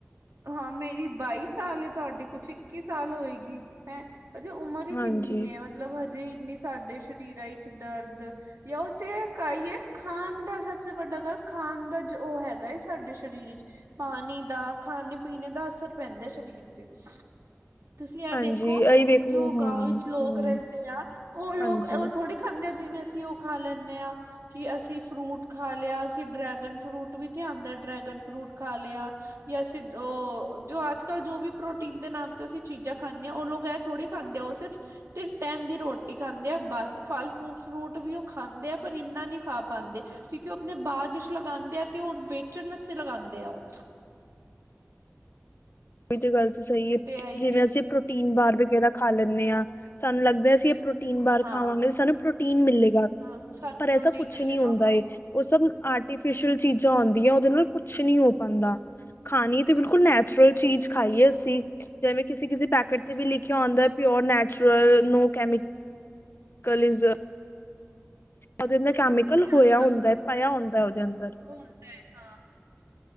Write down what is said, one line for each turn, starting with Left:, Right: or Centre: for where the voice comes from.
Right: ਹਾਂ ਮੇਰੀ ਬਾਈ ਸਾਲ ਤੁਹਾਡੀ ਕੁਛ ਇੱਕੀ ਸਾਲ ਹੋਏਗੀ ਹੈਂ ਉਹਦੀ ਉਮਰ ਹੀ
Left: ਹਾਂਜੀ
Right: ਕਿੰਨੀ ਏ? ਮਤਲਬ ਹਜੇ ਇੰਨੀ ਸਾਡੇ ਸਰੀਰਾਂ ਵਿੱਚ ਦਰਦ ਜਾਂ ਉਹ ਤੇ ਕਹੀਏ ਖਾਣ ਦਾ ਸਭ ਤੋਂ ਵੱਡਾ ਗੱਲ ਖਾਣ ਦਾ ਜੋ ਉਹ ਹੈਗਾ ਹੈਏ ਸਾਡੇ ਸਰੀਰ ਵਿੱਚ ਪਾਨੀ ਦਾ ਖਾਨੇ ਪੀਨੇ ਦਾ ਅਸਰ ਪੈਂਦਾ ਸਰੀਰ ਤੇ। ਤੁਸੀਂ ਇਹ
Left: ਹਾਂਜੀ
Right: ਦੇਖੋ
Left: ਇਹੀ ਵੇਖ ਲੋ
Right: ਜੋ
Left: ਹਾਂ
Right: ਗਾਓ ਵਿੱਚ ਲੋਕ
Left: ਹਮ
Right: ਰਹਿੰਦੇ ਆ, ਉਹ ਲੋਕ
Left: ਹਾਂਜੀ
Right: ਉਹ ਥੋੜੇ ਖਾਂਦੇ ਆ ਜਿਵੇਂ, ਅਸੀਂ ਉਹ ਖਾ ਲੈਂਦੇ ਆ। ਕਿ ਅਸੀਂ ਫਰੂਟ ਖਾ ਲਿਆ। ਅਸੀਂ ਡਰੈਗਨ ਫਰੂਟ ਵੀ ਤੇ ਆਉਦਾ। ਡਰੈਗਨ ਫਰੂਟ ਖਾ ਲਿਆ। ਜਾਂ ਅਸੀ ਉਹ ਜੋ ਅੱਜ ਕੱਲ ਜੋ ਵੀ ਪ੍ਰੋਟੀਨ ਦੇ ਨਾਮ ਤੁਸੀਂ ਚੀਜ਼ਾਂ ਖਾਂਦੇ ਓ ਲੋਕ ਐ ਥੋੜ੍ਹੀ ਖਾਂਦੇ ਆ। ਉਹ ਸਿਰਫ ਤਿੰਨ ਟਾਈਮ ਦੀ ਰੋਟੀ ਖਾਂਦੇ ਆ ਬਸ ਫਲ ਫੂ ਫਰੂਟ ਵੀ ਉਹ ਖਾਂਦੇ ਆ ਪਰ ਇੰਨਾ ਨਹੀਂ ਖਾ ਪਾਉਂਦੇ। ਕਿਉਂਕਿ ਉਹ ਆਪਣੇ ਬਾਗ ਲਗਾਉਂਦੇ ਆ ਤੇ ਉਹ ਵੇਚਣ ਵਾਸਤੇ ਲਗਾਉਂਦੇ ਆ। ਉਹ
Left: ਇਹ ਗੱਲ ਤਾਂ ਸਹੀ ਹੈ
Right: ਤੇ ਇਹੀ
Left: ਜਿਵੇਂ
Right: ਏ
Left: ਅਸੀਂ ਪ੍ਰੋਟੀਨ ਬਾਰ ਵਗੈਰਾ ਖਾ ਲੈਂਦੇ ਹਾਂ ਸਾਨੂੰ ਲੱਗਦਾ ਅਸੀਂ ਇਹ ਨ ਬਾਰ
Right: ਹਾਂ
Left: ਖਾਵਾਂਗੇ ਤੇ ਸਾਨੂੰ ਪ੍ਰੋਟੀਨ ਮਿਲੇਗਾ
Right: ਹਾਂ ਸਾਨੂੰ
Left: ਪਰ ਐਸਾ
Right: ਪ੍ਰੋਟੀਨ
Left: ਕੁਛ
Right: ਮਿਲੇਗਾ
Left: ਨੀ ਹੁੰਦਾ।
Right: ਹਾਂ
Left: ਉਹ ਸਭ ਆਰਟੀਫਿਸ਼ਅਲ ਚੀਜ਼ਾਂ ਆਉਂਦੀਆਂ ਉਹਦੇ ਨਾਲ ਕੁਛ ਨੀ ਹੋ ਪਾਉਂਦਾ। ਖਾਣੀ ਤੇ ਬਿਲਕੁਲ ਨੈਚੁਰਲ ਚੀਜ਼
Right: ਸਹੀ
Left: ਖਾਈਏ
Right: ਗੱਲ
Left: ਅਸੀਂ ਜਿਵੇਂ ਕਿਸੇ ਕਿਸੇ ਪੈਕੇਟ
Right: ਹਾਂਜੀ
Left: ਤੇ ਵੀ ਲਿਖੀ ਕ ਆਂਦਾ pure natural no chemical is ਉਹਦੇ ਅੰਦਰ ਕੈਮੀਕਲ
Right: ਹੁਣ ਕੋਈ
Left: ਹੋਇਆ
Right: ਅੱਜ ਕੱਲ
Left: ਹੁੰਦਾ ਪਾਇਆ ਹੁੰਦਾ ਉਹਦੇ ਅੰਦਰ।
Right: ਉਹ ਹੁੰਦਾ ਹੈ ਹਾਂ